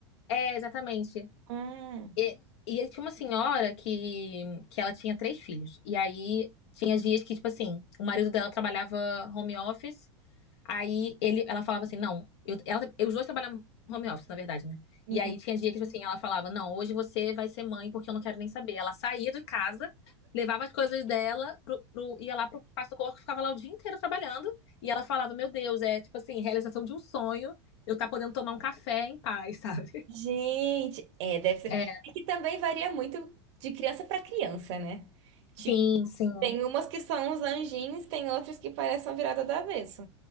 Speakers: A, on the left; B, on the right.
A: É, exatamente.
B: Ah,
A: E, e aí tinha uma senhora que, que ela tinha três filhos. E aí tinha dias que, tipo assim, o marido dela trabalhava home office. Aí ele, ela falava assim, não, eu, ela, eu- os dois trabalhavam home office, na verdade, né?
B: uhum.
A: E aí tinha dia que, tipo assim, ela falava, não, hoje você vai ser mãe porque eu não quero nem saber. Ela saía de casa, levava as coisas dela, pro, pro, ia lá pro passa-corpo, ficava lá o dia inteiro trabalhando. E ela falava, meu Deus, é tipo assim, realização de um sonho, eu tá podendo tomar um café em paz, <laughs> sabe?
B: Gente, é, deve ser.
A: É,
B: É que também varia muito de criança para criança, né? Tipo,
A: Sim, sim.
B: tem umas que são uns anjinhos, tem outras que parecem uma virada do avesso.